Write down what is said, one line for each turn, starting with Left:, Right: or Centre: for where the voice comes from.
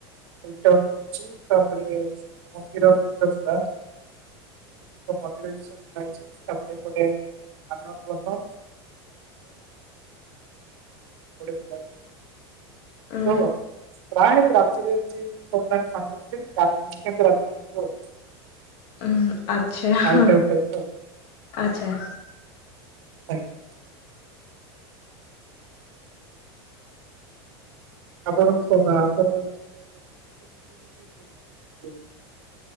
Right: <unintelligible> ଅଛି ତାପରେ ସବୁ ମନ୍ଦିର <unintelligible> ତ ସବୁ ମନ୍ଦିର ବି ସବୁ ଯାଇଛି ତାପରେ ଏପଟେ ଆନନ୍ଦ <unintelligible> <unintelligible>
Left: ଉଁ
Right: ଥୋ ପ୍ରାୟ ରାତିରେ ଏମତି <unintelligible> ଗାଡ଼ି ନେଇକି ସେମିତି ରାତିରେ ଯିବୁ ଆଉ।
Left: ହଁ ଆଚ୍ଛା,
Right: ନାଇଟ୍
Left: ହଁ
Right: ଆଉଟ୍ ଟାଇପ୍ ର ଆଉ
Left: ଆଚ୍ଛା।
Right: ଆଜ୍ଞା। ଆପଣଙ୍କ ଆପଣ <unintelligible>